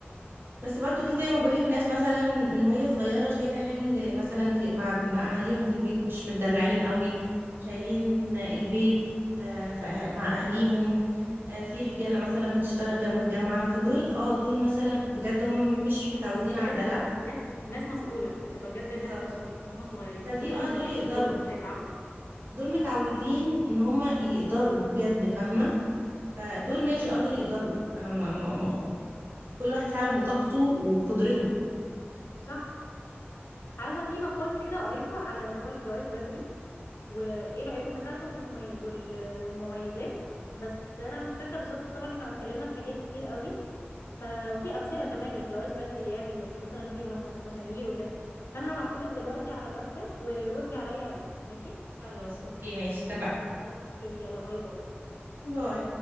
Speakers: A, on the right (about 55°); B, on the left (about 80°).
A: بس برضو في زي ما بقولك ناس مثلا من وهي صغيرة شايلة حمل مثلا في مع مع أهاليهم في البيت مش متدلعين قوي شايلين البيت آه، في أه- مع أهاليهم آه، في رجالة مثلا بتشتغل جنب الجامعة فدول اه دول مثلا بجد هم مش متعودين
B: بجد
A: على الدلع
B: ش... ناس ناس مسؤولة بتبقى بجد
A: بالظبط
B: ناس مسؤولة إن هم صغيرين
A: فدي
B: فدول
A: اه
B: لما
A: دول
B: يجوا
A: يقدروا
B: يتجوزوا مش هيتعبوا
A: دول متعودين ان هم يقدروا بجد فاهمة فدول ماشي اه دول يقدروا انا ما ما كل واحد فعلا وطاقته وقدرته
B: صح عايزة في مقال كده قريته على اللي هو الجواز بدري وايه العيوب بتاعته والممي... وال... والمميزات بس انا مش فاكرة بالظبط طبعا احنا اتكلمنا في حاجات كتير قوي ف... وفي امثلة كمان للجواز بدري يعني لل... مثلا في مشه... مشاهير وكده فانا هبعتهولك دلوقتي على الواتساب وردي عليا عليه ماشي
A: خلاص اوكي ماشي اتفقنا
B: اوكي يلا باي باي
A: باي